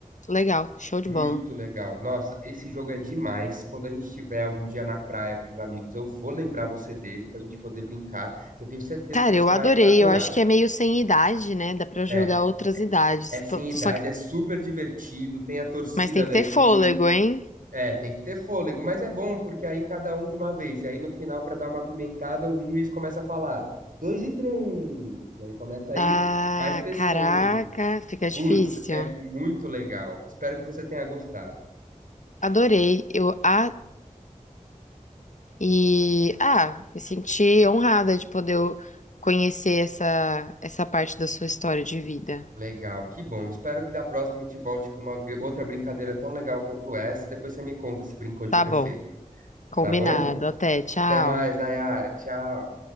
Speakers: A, on the left; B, on the right.
A: Legal, show de
B: Muito
A: bola.
B: legal. Nossa, esse jogo é demais. Quando a gente estiver algum dia na praia com os amigos, eu vou lembrar você dele pra gente poder brincar, que eu tenho certeza
A: Cara,
B: que você
A: eu
B: vai
A: adorei.
B: adorar.
A: Eu acho que é meio sem idade, né? Dá pra
B: É,
A: jogar outras
B: é,
A: idades.
B: é sem
A: Tô- tô-
B: idade,
A: Só que.
B: é super divertido, tem a torcida
A: Mas tem
B: da
A: que ter
B: equipe.
A: fôlego, hein?
B: É, tem que ter fôlego, mas é bom porque aí cada um de uma vez. E aí no final, pra dar uma pimentada, o juiz começa a falar dois e três. E aí começa a
A: Ah,
B: ir mais pessoas.
A: caraca, fica difícil.
B: Putz, é muito legal. Espero que você tenha gostado.
A: Adorei. Eu a e ah, me senti honrada de poder conhecer essa essa parte da sua história de vida.
B: Legal, que bom. Espero que da próxima eu te volte com uma gr- outra brincadeira tão legal quanto essa. Depois você me conta se brincou de
A: Tá
B: prefeito,
A: bom. Combinado.
B: tá bom?
A: Até, tchau.
B: Até mais, Nayara. Tchau.